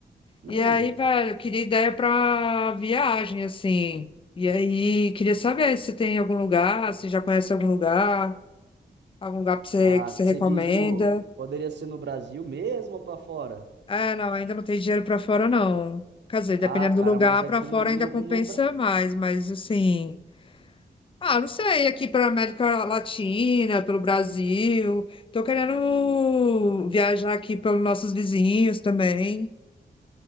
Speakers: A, on the right (about 75°); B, on the left (about 30°).
A: Hum,
B: E aí, velho, eu queria ideia pra viagem, assim. E aí, queria saber se tem algum lugar, se já conhece algum lugar, algum lugar pra você,
A: ah,
B: que você recomenda.
A: você diz no, poderia ser no Brasil mesmo ou pra fora?
B: É, não, ainda não tem dinheiro pra fora, não. Quer dizer, dependendo
A: Ah, cara,
B: do lugar,
A: mas aqui
B: pra fora
A: no, no,
B: ainda compensa
A: no, Bra-
B: mais, mas assim. Ah, não sei, aqui para América Latina, pelo Brasil. Tô querendo viajar aqui pelos nossos vizinhos também.